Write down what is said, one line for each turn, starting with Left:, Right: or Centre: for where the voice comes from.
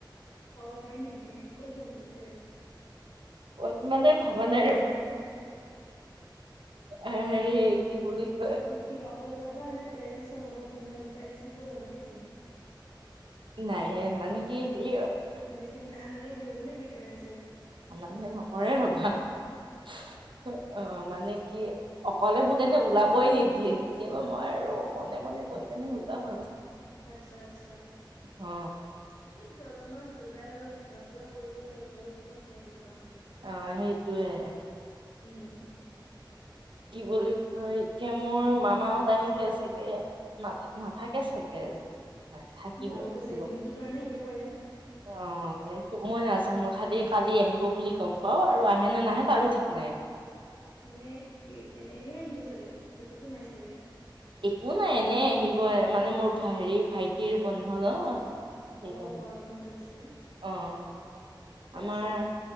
Left: অ', হয় নেকি, ক'ত যাব পিছে?
Right: ক'ত মানে, ভাবা নাই ৰ'বা। এ, হেৰি, কি বুলি কয়?
Left: তুমি কি অকলে যাবা নে? পেৰেণ্টছৰ লগত মানে, পেৰেণ্টছৰ লগত যাব নে কি?
Right: নাই, মানে কি হেৰি অ',
Left: মানে কি, মানে অনা- নিয়া কৰিব নে কি পেৰেণ্টছে?
Right: অনা-নিয়া নকৰে ৰ'বা। অ', মানে কি অকলে মোক এনে ওলাবই নিদিয়ে, কেতিয়াবা মই আৰু মনে মনে গৈ কেনে ওলাম আৰু।
Left: আচ্ছা, আচ্ছা।
Right: অ
Left: ঠিকে আছে। অলপমান ওলাই অলপ ঘূৰা-ফুৰা কৰিবও লাগে, ঘৰত কিমান সোমাই থাকিবা।
Right: অ', সেইটোয়ে।
Left: উম।
Right: কি বুলি কয়, এতিয়া মোৰ মামাহতঁ আহিলে চাগে। নাথা-নাথাকে চাগে। নাই থাকিব
Left: যাবগে
Right: থাকিব
Left: চাগে, দিনটোৰ কাৰণে আহিব পাৰে।
Right: অ', সেইটো মই নাজানো, খালি কালি আহিব বুলি গম পাওঁ আৰু, আহে নে নাহে তাৰো ঠিক নাই।
Left: মানে কি, এ, এই, এনে আহিব চাগে, একোতো নাই চাগে।
Right: একো নাই, এনে আহিব মানে, মোৰ হেৰি ভাইটিৰ বন্ধ ন। সেইকাৰণে,
Left: অ গৰম বন্ধ দিছে
Right: অ',
Left: ঠিকে
Right: আমাৰ
Left: আছে দিয়া